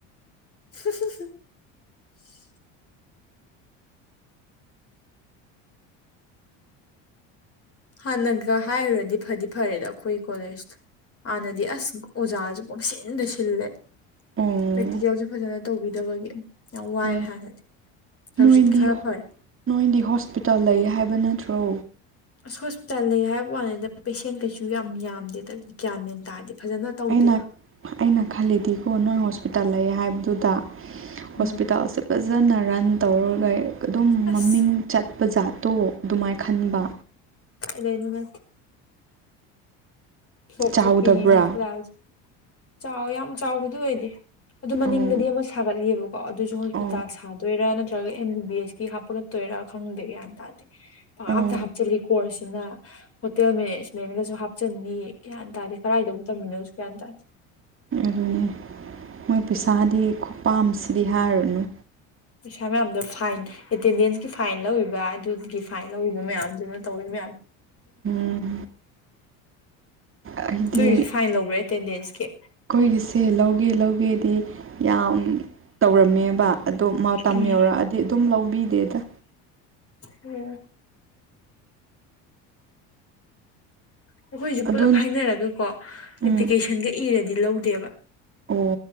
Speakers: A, on the left; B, on the right.
A: <inaudible> <unintelligible> ꯍꯥꯟꯅꯒ ꯍꯥꯏꯔꯨꯔꯗꯤ ꯐꯗꯤ ꯐꯔꯦꯗ ꯑꯩꯈꯣꯏ ꯀꯣꯂꯦꯖꯇ ꯍꯥꯟꯅꯗꯤ ꯑꯁ ꯑꯣꯖꯥꯖ ꯀꯨꯝꯁꯤꯟꯗ ꯁꯤꯜꯂꯦ
B: ꯑꯣ
A: ꯄ꯭ꯔꯦꯛꯇꯤꯀꯦꯜꯁꯨ ꯐꯖꯅ ꯇꯧꯕꯤꯗꯕꯒꯤ ꯌꯥꯝ ꯋꯥꯏꯑꯦ
B: ꯑꯣ
A: ꯍꯥꯟꯅꯗꯤ ꯍꯧꯖꯤꯛꯇꯤ
B: ꯅꯣꯏꯗꯤ
A: ꯈꯔ ꯐꯔꯦ
B: ꯅꯣꯏꯗꯤ ꯍꯣꯁꯄꯤꯇꯥꯜ ꯂꯩ ꯍꯥꯏꯕ ꯅꯠꯇ꯭ꯔꯣ
A: ꯑꯁ ꯍꯣꯁꯄꯤꯇꯥꯜ ꯂꯩ ꯍꯥꯏꯕ ꯋꯥꯅꯦꯗ ꯄꯦꯁꯦꯟ ꯀꯩꯁꯨ ꯌꯥꯝ ꯌꯥꯝꯗꯦꯗ ꯭ꯌꯥꯟ ꯃꯦꯟ ꯇꯥꯗꯦ ꯐꯖꯅ ꯇꯧꯗꯦꯕ
B: ꯑꯩꯅ ꯑꯩꯅ ꯈꯜꯂꯤꯗꯤꯀꯣ ꯅꯣꯏ ꯍꯣꯁꯄꯤꯇꯥꯜ ꯂꯩ ꯍꯥꯏꯕꯗꯨꯗ ꯍꯣꯁꯄꯤꯇꯥꯜꯁꯦ
A: ꯎꯝ
B: ꯐꯖꯅ ꯔꯟ ꯇꯧꯔꯒ ꯑꯗꯨꯝ
A: ꯑꯁ
B: ꯃꯃꯤꯡ ꯆꯠꯄ ꯖꯥꯠꯇꯣ ꯑꯗꯨꯃꯥꯏꯅ ꯈꯟꯕ
A: ꯑꯗꯨꯗꯅ ꯁꯣꯛ
B: ꯆꯥꯎꯗꯕ꯭ꯔꯥ
A: ꯆꯠꯄꯤꯅꯤ ꯍꯣꯁꯄꯤꯇꯥꯜꯁꯦ ꯆꯥꯎ ꯌꯥꯝ ꯆꯥꯎꯕꯗꯤ ꯑꯣꯏꯗꯦ ꯑꯗꯨ ꯃꯅꯤꯡꯗꯗꯤ
B: ꯑꯣ
A: ꯑꯃꯨꯛ ꯁꯥꯒꯠꯂꯤꯦꯕꯀꯣ ꯑꯗꯨꯁꯨ ꯍꯣꯁꯄꯤꯇꯥꯜ
B: ꯑꯣ
A: ꯁꯥꯗꯣꯏꯔꯥ ꯅ ꯅꯠꯇ꯭ꯔꯒ ꯑꯦꯝ ꯕꯤ ꯕꯤ ꯑꯦꯁ ꯀꯤ ꯍꯥꯞꯄꯒꯠꯇꯣꯏꯔꯥ ꯈꯪꯗꯦ ꯒ꯭ꯌꯥꯟ ꯇꯥꯗꯦ ꯄꯥ
B: ꯑꯣ
A: ꯑꯝꯇ ꯍꯥꯞꯆꯤꯜꯂꯤ ꯀꯣꯔꯁꯁꯤꯅ ꯍꯣꯇꯦꯜ ꯃꯦꯅꯦꯖꯃꯦꯟꯒꯁꯨ ꯍꯥꯞꯆꯟꯅꯤ ꯀꯒꯌꯥꯟ ꯇꯥꯔꯦ ꯀꯗꯥꯥꯏꯗꯕꯨ ꯇꯝꯃꯤꯅꯣꯁꯨ ꯭ꯌꯥꯟ ꯇꯥꯔꯦ
B: ꯑꯗꯨꯅꯤ ꯃꯣꯏ ꯄꯩꯁꯥꯗꯤ ꯈꯨ ꯄꯥꯝꯁꯤꯗꯤ ꯍꯥꯏꯔꯨꯅꯨ
A: ꯄꯩꯥ ꯃꯌꯥꯝꯗꯣ ꯐꯥꯏꯟ ꯑꯦꯇꯦꯟꯗꯦꯟꯁꯀꯤ ꯐꯥꯏꯟ ꯂꯧꯔꯤꯕ ꯑꯗꯨꯒꯤ ꯐꯥꯏꯟ ꯂꯧꯔꯤꯕ ꯃꯌꯥꯝꯗꯨꯅ ꯇꯧꯋ ꯃꯌꯥꯝ
B: ꯎꯝ ꯑꯩꯗꯤ
A: ꯅꯣꯏ ꯍꯧꯖꯤꯛ ꯐꯥꯏꯟ ꯂꯧꯕ꯭ꯔꯥ ꯑꯦꯇꯦꯟꯗꯦꯟꯁꯀꯤ
B: ꯑꯩꯈꯣꯏꯒꯤꯁꯦ ꯂꯧꯒꯦ ꯂꯧꯒꯦꯗꯤ ꯌꯥꯝ ꯇꯧꯔꯝꯃꯦꯕ ꯑꯗꯣ ꯃꯇꯝ
A: ꯎꯝ
B: ꯌꯧꯔꯛꯑꯗꯤ ꯑꯗꯨꯝ ꯂꯧꯕꯤꯗꯦꯗ
A: ꯑꯣ ꯑꯩꯈꯣꯏꯁꯨ
B: ꯑꯗꯨ
A: ꯄꯨꯂꯞ ꯍꯥꯏꯅꯔꯒꯀꯣ ꯑꯦꯄ꯭ꯂꯤꯀꯦꯁꯟꯒ
B: ꯎꯝ
A: ꯏꯔꯗꯤ ꯂꯧꯗꯦꯕ
B: ꯑꯣ